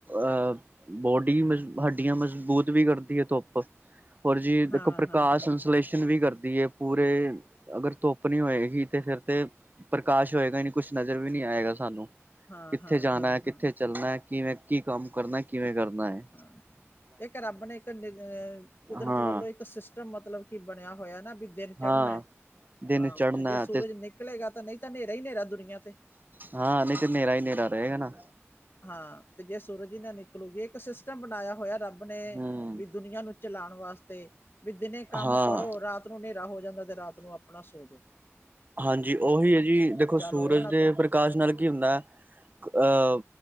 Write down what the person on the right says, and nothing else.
ਅ ਬੋਡੀ ਹੱਡੀਆਂ ਮਜ਼ਬੂਤ ਵੀ ਕਰਦੀ ਆ ਧੁੱਪ ਹੋਰ ਜੀ ਦੇਖੋ
ਪ੍ਰਕਾਸ਼
ਸੰਸਲੇਸ਼ਨ ਵੀ ਕਰਦੀ ਏ ਪੂਰੇ ਅਗਰ ਧੁੱਪ ਨੀ ਹੋਏਗੀ ਤੇ ਫਿਰ ਤੇ ਪ੍ਰਕਾਸ਼ ਹੋਏਗਾ ਨੀ, ਕੁਛ ਨਜ਼ਰ ਵੀ ਨੀ ਆਏਗਾ ਸਾਨੂੰ।
ਕਿੱਥੇ
ਜਾਣਾ,
ਕਿੱਥੇ
ਚੱਲਣਾ, ਕਿਵੇਂ ਕੀ ਕੰਮ ਕਰਨਾ, ਕਿਵੇਂ ਕਰਨਾ ਏ।
ਹਾਂ
ਹਾਂ
ਦਿਨ
ਚੜ੍ਹਨਾ
ਹਾਂ, ਨਹੀਂ ਤੇ ਨੇਰਾ ਹੀ ਨੇਰਾ ਰਹਿ ਜਾਣਾ।
ਹਮ
ਹਾਂ
ਹਾਂਜੀ ਉਹੀ ਹੈ ਜੀ ਦੇਖੋ ਸੂਰਜ
ਦੇ
ਪ੍ਕਾਸ਼ ਨਾਲ ਕੀ ਹੁੰਦਾ ਅ